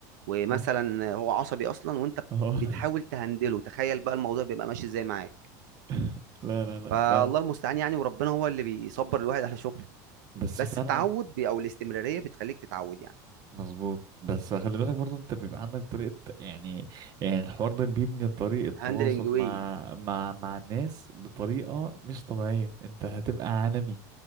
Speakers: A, on the right; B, on the right.
A: ومثلا
B: اه
A: هو عصبي اصلا وانت
B: اه
A: بتحاول تهندله تخيل بقى الموضوع بيبقى ماشي ازاي معاك
B: <laughs> لا لا لا
A: فالله
B: فعلا
A: المستعان يعني وربنا هو اللي بيصبر الواحد على شغله
B: بس
A: بس
B: فعلا
A: التعود بي او الاستمراريه بتخليك تتعود يعني
B: مظبوط بس خلي بالك برضه انت بيبقى عندك طريقة يعني يعني الحوار ده بيبني طريقة
A: هاندلنج
B: تواصل مع
A: واي
B: مع مع الناس بطريقة مش طبيعية انت هتبقى عالمي